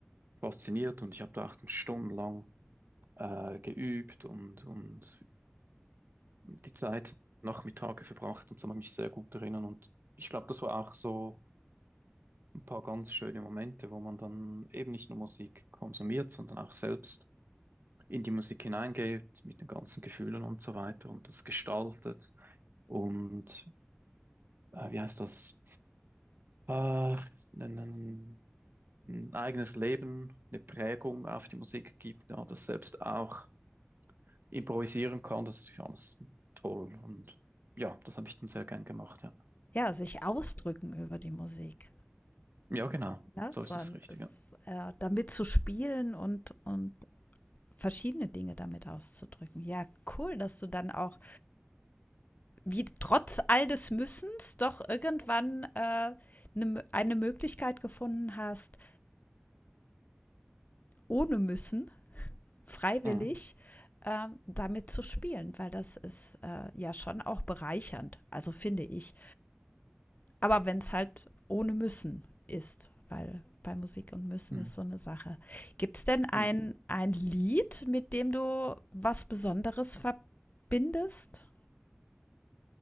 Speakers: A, on the right (about 55°); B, on the left (about 45°).
A: fasziniert und ich habe da acht stundenlang äh, geübt und, und die Zeit Nachmittage verbracht und so kann ich mich sehr gut erinnern. Und ich glaube, das war auch so ein paar ganz schöne Momente, wo man dann eben nicht nur Musik konsumiert, sondern auch selbst in die Musik hineingeht, mit den ganzen Gefühlen und so weiter und das gestaltet und äh, wie heißt das? Äh, ein, ein, eigenes Leben, eine Prägung auf die Musik gibt, ja, das selbst auch improvisieren kann, das ist ja alles toll und ja, das habe ich dann sehr gern gemacht, ja.
B: Ja, sich ausdrücken über die Musik.
A: Ja, genau.
B: Ne?
A: So
B: Sondern
A: ist es richtig,
B: es,
A: ja.
B: äh, damit zu spielen und, und verschiedene Dinge damit auszudrücken. Ja, cool, dass du dann auch, wie trotz all des Müssens, doch irgendwann äh, ne, eine Möglichkeit gefunden hast, ohne Müssen, freiwillig,
A: Mhm.
B: äh, damit zu spielen, weil das ist äh, ja schon auch bereichernd, also finde ich. Aber wenn es halt ohne müssen ist, weil bei Musik und müssen
A: Mhm.
B: ist so eine Sache. Gibt es denn ein,
A: Mhm.
B: ein Lied, mit dem du was Besonderes verbindest?